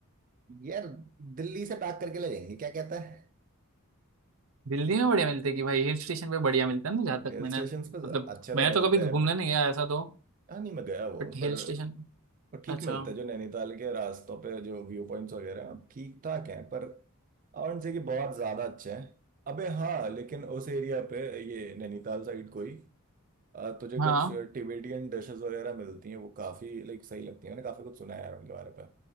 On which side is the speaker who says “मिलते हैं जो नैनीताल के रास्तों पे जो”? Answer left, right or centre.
Right